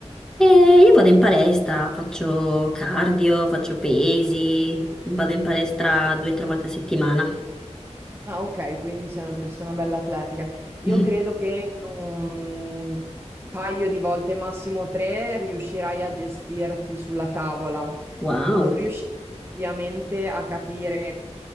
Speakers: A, in the centre; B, on the right.
A: E io vado in palestra, faccio cardio, faccio pesi, vado in palestra
B: Sì.
A: due o tre volte a settimana. <laughs>
B: Ah, ok, quindi sei una persona bella atletica. Io
A: Mhm.
B: credo che in un paio di volte, massimo tre, riuscirai a gestirti sulla tavola.
A: Wow.
B: Non riuscirai ovviamente a capire